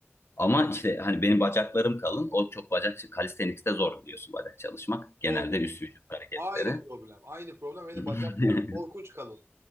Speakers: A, on the left (about 65°); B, on the right (about 80°).
A: Ama işte hani benim bacaklarım kalın. O çok bacak calisthenics'te zor biliyorsun bacak çalışmak. Genelde
B: Sorma.
A: üst vücut hareketleri.
B: Aynı problem. Aynı problem. Benim
A: <laughs>
B: bacaklarım korkunç kalın.